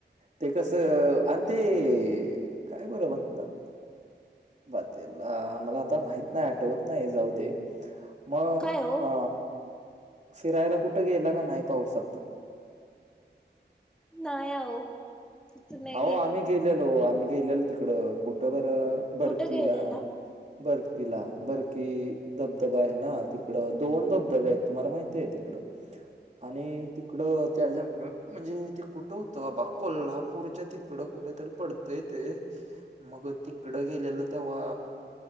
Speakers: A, on the right; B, in the centre.
A: ते कसं आणि ते काय बरं म्हणतात बा तेला मला आता माहित नाय आठवत नाय जाऊ दे मग
B: काय हो
A: अ फिरायला कुठ गेला का नाय पावसात
B: नाय आहो तिथं नाही
A: अहो आम्ही गेलेलो आम्ही गेलेलो तिकड कुठं बर बरकीला
B: कुठे गेलेला
A: बरकीला बरकी धबधबा आहे ना तिकडं दोन धबधबे आहेत तुम्हाला माहिती ये तिकडं आणि तिकडं त्या जंगल म्हणजे ते कुठं होतं बाबा कोल्हा पूरच्या तिकडं कुठ तरी पडतंय ते मग तिकडं गेलेलं तेव्हा